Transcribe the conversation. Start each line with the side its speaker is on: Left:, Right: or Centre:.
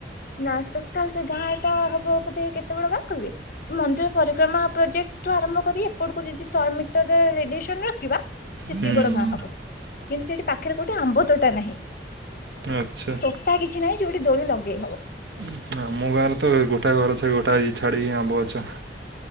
Left: ନାଁ ଟୋଟାଲ ସେ ଗାଁଟା ହବ ବୋଧେ କେତେ ବଡ଼ ଗାଁ କଇବେ ମନ୍ଦିର ପରିକ୍ରମା ପ୍ରୋଜେକ୍ଟଠୁ ଆରମ୍ଭ କରି ଏପଟୁକୁ ଯଦି ଶହେ ମିଟର ରେଡିଏସନ୍ ରଖିବା ସେତିକି
Right: ହୁଁ
Left: ବଡ଼ ଗାଁ ହବ କିନ୍ତୁ ସେଇଠି ପାଖେରେ କୋଉଠି ଆମ୍ବ ତୋଟା ନାହିଁ।
Right: ଆଚ୍ଛା।
Left: ତୋଟା କିଛି ନାହିଁ ଯୋଉଠି ଦୋଳି ଲଗେଇ ହବ।
Right: ଉଁ ଆମ ଗାଁରେ ତ ଗୋଟା ଘର ଛା ଗୋଟା ଇଏ ଛାଡି଼କି ଆମ୍ବ ଗଛ।